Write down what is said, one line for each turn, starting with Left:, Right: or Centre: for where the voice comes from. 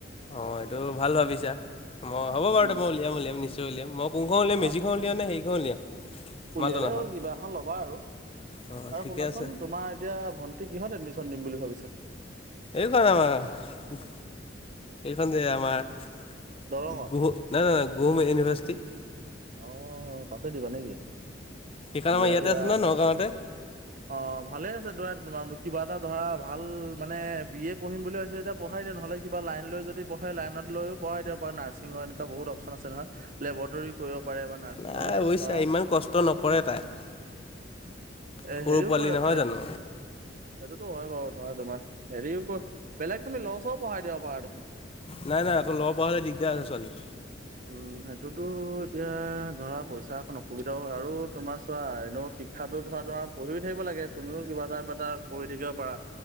Left: অ', এইটো ভাল ভাবিছা। হ'ব বাৰু
Right: উম,
Left: মই উলিয়াম, উলিয়াম নিশ্চয় উলিয়াম, মই কোনখন উলিয়াম মেজীকখন
Right: অ'
Left: উলিয়াম নে হেৰি খন উলিয়াম।
Right: উলিয়ালেই
Left: মালটনাখন।
Right: হ'ল কিবা এখন ল'বা আৰু
Left: অঁ
Right: আৰু
Left: ঠিকে
Right: শুনাচোন
Left: আছে
Right: তোমাৰ এতিয়া ভন্টি কিহত এডমিচ দিম বুলি ভাবিছা।
Left: এইখন আমাৰ এইখন যে আমাৰ
Right: দৰঙত
Left: <unintelligible> গোম ইউনিভাৰ্চিটি।
Right: অ' তাতে দিবা নেকি
Left: সেইখন
Right: দিয়া,
Left: আমাৰ ইয়াতে
Right: দিয়া
Left: আছে নহয় নগাঁৱতে।
Right: অ', ভালে আছে কিবা এটা ধৰা ভাল মানে বি এ পঢ়িম বুলি ভ হৈছে এতিয়া পঢ়াই দিয় নহ'লে কিবা লাইন লৈ যদি পঢ়াই লাইনত লৈ পঢ়াই দিব পাৰ নাৰ্চিঙৰ এনেকুৱা বহুত অপচন আছে নহ লেবৰেটৰী কৰিব পাৰে বা নাৰ্ছিঙৰ
Left: নাই অৱশ্যে
Right: ধৰা
Left: ইমান কষ্ট নকৰে তাই।
Right: এ
Left: সৰু
Right: হেৰিও
Left: পোৱালি
Right: কৰিব
Left: নহয়
Right: পাৰে
Left: জানো
Right: সেইটোতো হয় বাৰু। তোমাৰ হেৰি বেলেগ তুমি ল' চ' পঢ়াই দিয়া পাৰা দেখোন।
Left: নাই নাই আকৌ ল'ব পৰা হ'লে দিগদাৰ আছে ছোৱালী
Right: উম, সেইটোতো এতিয়া ধৰা পইচা এখন অসুবিধাও হয় আৰু তোমাৰ চোৱা এনেও শিক্ষাতো ধৰা তোমাৰ পঢ়িও থাকিব লাগে, তুমিও কিবা এটা কিব এটা কৰি থাকিব পাৰা।